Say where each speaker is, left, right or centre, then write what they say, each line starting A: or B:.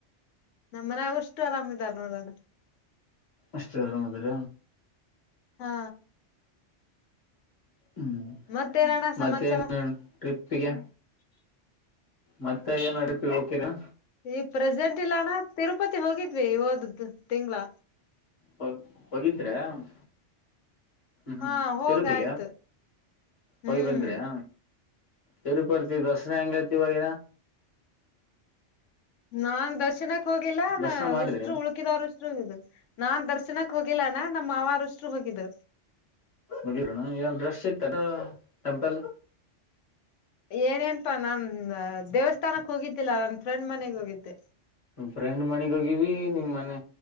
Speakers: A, on the left; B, on the left.
A: ನಮ್ಮ ಮನಾಗಷ್ಟು ಆರಾಮಾರ ನೋಡೋಣ
B: ಎಷ್ಟರ ಅದ್ರ
A: ಹಾ
B: ಹ್ಮ
A: ಮತ್ತೇನಣ್ಣ
B: ಮತ್ತ
A: ಸಮಾಚಾರ
B: ಟ್ರಿಪ್ ಉಡುಪಿಗೆ ಮತ್ತೆ ಏನು ಉಡುಪಿಗೆ ಹೋಗಕಿರಾ
A: ಈ ಪ್ರೆಸೆಂಟ್ ಇಲ್ಲಣ್ಣ ತಿರುಪತಿ ಹೋಗಿದ್ವಿ ಹಓದ ತಿಂಗ್ಗಳ
B: ಹೋಗ ಹೋಗಿದ್ರೆ ಹ್ಮ್ ಹ್ಮ್
A: ಹಾ ಹೋಗ
B: ತಿರುಪಗ
A: ಆಯ್ತು ಹ್ಮ್
B: ಹಯ್ ಬಂದ್ರ್ಯಾ ತಿರುಪತಿ ಬಸನ ಎಂಗತಿ ವೇರ
A: ನಾನ್ ದರ್ಶನ ಹೋಗಿಲ್ಲಾ ನ
B: ದರ್ಶನ ಮಾಡಿದ್ರ
A: ಉುರು ಉಳುಕಿದರು ಉುರು ಇ ನಾನ್ ದರ್ಶನಕ್ ಹೋಗಿಲ್ಲಾನ ನಮ್ಮ್ ಮಾವರ ಹುಷರು ಎ ಬಿದ್ದಾರೆ
B: ಮುಗಿರೋಣ ಏನ್ ರಶ್ ಸಿಗ್ತ ಟೆಂಪಲ್
A: ಏನೇಪಾ ನಾ ದೇವಸ್ಥಾನಕ್ ಹೋಗಿದ್ದಿಲ್ಲಾ ನನ್ ಫ್ರೆಂಡ್ ಮನೆಗ್ ಹೋಗಿದ್ದೆ
B: ಫ್ರೆಂಡ್ ಮಣಿಗ್ೋಗಿವಿ ನಿಮ್ ಮನೆ